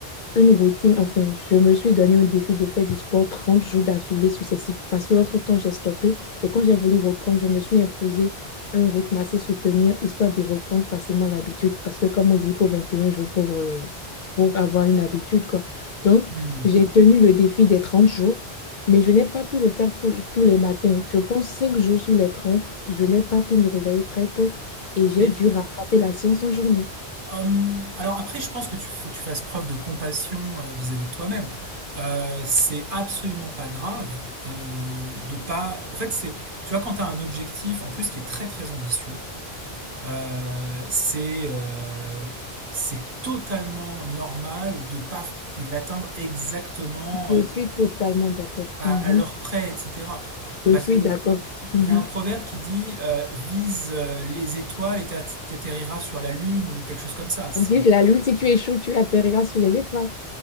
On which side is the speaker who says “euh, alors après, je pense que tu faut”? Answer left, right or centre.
Right